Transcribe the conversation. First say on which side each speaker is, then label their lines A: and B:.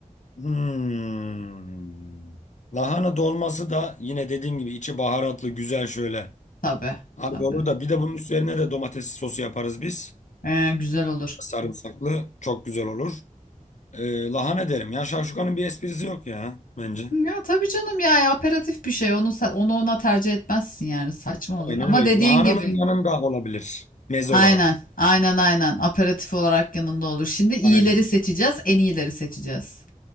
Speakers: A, on the left; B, on the left.
A: Hmm. Lahana dolması da yine dediğim gibi içi baharatlı güzel şöyle.
B: Tabii,
A: Abi
B: tabii.
A: olur da bir de bunun üzerine de domates sosu yaparız biz.
B: Ee, güzel olur.
A: Sarımsaklı çok güzel olur. Ee, lahana derim ya şavşukanın bir esprisi yok ya bence.
B: Ya tabii canım ya ya aperatif bir şey. Onu sa- onu ona tercih etmezsin yani. Saçma
A: Aynen
B: olur. Ama
A: öyle.
B: dediğin
A: Lahananın
B: gibi.
A: yanında olabilir meze
B: Aynen.
A: olarak.
B: Aynen aynen. Aperatif olarak yanında olur. Şimdi iyileri
A: Aynen.
B: seçeceğiz. En iyileri seçeceğiz.